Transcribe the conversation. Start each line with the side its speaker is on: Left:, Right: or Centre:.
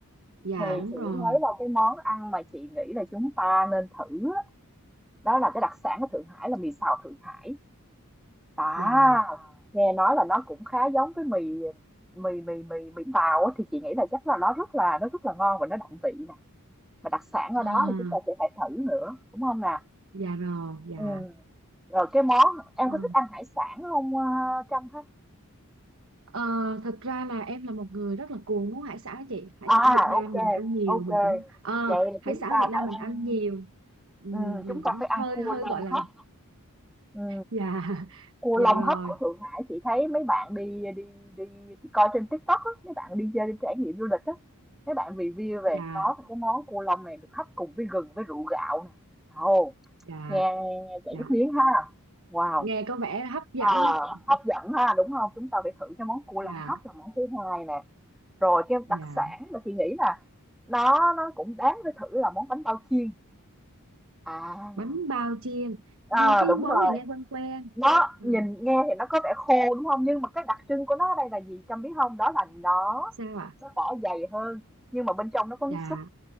Right: dạ
Centre: thì
Right: đúng
Centre: chị
Right: rồi.
Centre: thấy là cái món ăn mà chị nghĩ là chúng ta nên thử á, đó là cái đặc sản của Thượng Hải là mì xào Thượng Hải à
Right: Dạ.
Centre: nghe nói là nó cũng khá giống với mì mì mì mì mì tàu á, thì chị nghĩ là chắc là nó rất là nó rất là ngon và nó đậm vị nè mà đặc sản
Right: À,
Centre: ở đó thì chúng ta sẽ phải thử nữa đúng không nè
Right: dạ rồi, dạ.
Centre: ừ. rồi cái món em
Right: Ờ,
Centre: có thích ăn hải sản không à, Trâm
Right: Ờ, thật ra là em là một người rất là cuồng món hải sản á chị. Hải
Centre: À,
Right: sản Việt Nam
Centre: ok,
Right: mình ăn nhiều,
Centre: ok.
Right: mình cũng Ờ,
Centre: Vậy là
Right: hải
Centre: chúng
Right: sản
Centre: ta
Right: Việt Nam
Centre: phải
Right: mình
Centre: ăn
Right: ăn nhiều. Ừ,
Centre: ừ,
Right: mình
Centre: chúng
Right: cũng
Centre: ta phải ăn
Right: hơi
Centre: cua
Right: hơi
Centre: lông
Right: gọi là
Centre: hấp. Ừ,
Right: dạ <laughs>
Centre: cua
Right: dạ
Centre: lông
Right: rồi,
Centre: hấp của Thượng Hải chị thấy mấy bạn đi đi đi chị coi trên TikTok á, mấy bạn đi chơi đi trải nghiệm du lịch á, mấy bạn review về
Right: dạ
Centre: nó thì cái món cua lông này được hấp cùng với gừng với rượu gạo nè. Ồ,
Right: dạ
Centre: nghe, nghe chảy
Right: dạ
Centre: nước miếng ha. Wow.
Right: nghe có vẻ hấp dẫn
Centre: Ờ,
Right: ấy.
Centre: hấp dẫn ha, đúng không? Chúng ta phải thử cái món cua
Right: dạ
Centre: lông hấp là món thứ hai nè. Rồi cái
Right: dạ
Centre: đặc sản mà chị nghĩ là nó nó cũng đáng phải thử là món bánh bao chiên À.
Right: bánh bao chiên
Centre: à
Right: nghe cái
Centre: đúng
Right: món
Centre: rồi,
Right: này nghe quen quen
Centre: nó
Right: à,
Centre: nhìn nghe thì nó có vẻ khô, đúng không Nhưng mà cái đặc trưng của nó ở đây là gì Trâm biết không Đó là nó
Right: sao ạ
Centre: nó vỏ dày hơn, nhưng mà bên trong nó có
Right: dạ
Centre: nước súp.